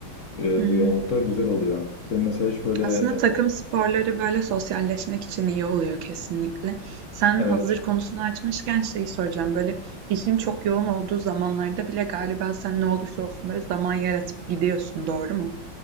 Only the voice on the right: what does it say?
hı hı.
Aslında
takım sporları böyle sosyalleşmek için iyi oluyor kesinlikle. Sen
hazır konusunu açmışken şeyi soracağım. Böyle işin çok yoğun olduğu zamanlarda bile galiba sen ne olursa olsun böyle zaman yaratıp gidiyorsun, doğru mu?